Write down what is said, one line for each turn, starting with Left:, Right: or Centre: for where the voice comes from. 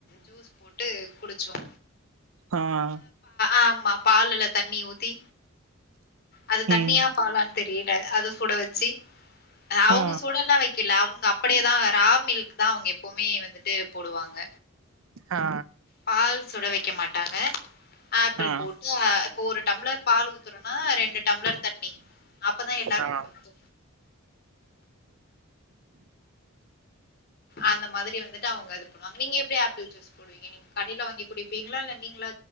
Left: ஜூஸ் போட்டு குடிச்சோ
Right: ஆ ஆ
Left: ஆமா பாலுல தண்ணி ஊத்தி அது தண்ணியா
Right: ம்
Left: பாலான் தெரில அத சுட வச்சு அவுங்க
Right: ஆ
Left: சுடெல்லா வைக் கில அவுங்க அப்டியேதா ரா மில்க் தா அவுங்க எப்போமே வந்துட்டு போடுவாங்க
Right: ஆ
Left: பால் சுட வெக்க மாட்டாங்க ஆப்பிள்
Right: ஆ
Left: போட்டு இப்போ ஒரு டம்ளர் பால் ஊத்துறோனா ரெண்டு டம்ளர் தண்ணி அப்பதா எல்லாருக்கு
Right: ஆ
Left: பத்து அந்த மாதிரி வந்துட்டு அவுங்க அது பண்ணுவாங்க நீங்க எப்டி ஆப்பிள் ஜூஸ் போடுவீங்க நீங்க கடைல வாங்கி குடிப் பீங்ளா இல்ல நீங்ளா